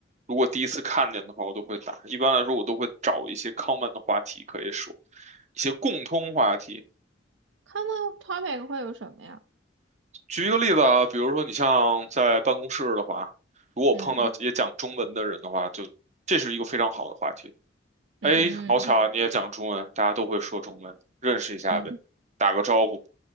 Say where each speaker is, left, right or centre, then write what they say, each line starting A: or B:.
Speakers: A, on the right (about 40°); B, on the right (about 80°).
A: 如果第一次看见的话，我都会打。一般来说，我都会找一些 common 的话题可以说，一些共通话题。
B: ，common topic 会有什么呀？
A: 举一个例子啊，比如说你像在办公室的话，如果我碰到也讲中文的人的话，
B: 嗯
A: 就这是一个非常好的话题。
B: 嗯嗯
A: 哎，好巧啊，你也讲中文，大家都会说中文，认识一下呗，
B: 嗯
A: 打个招呼，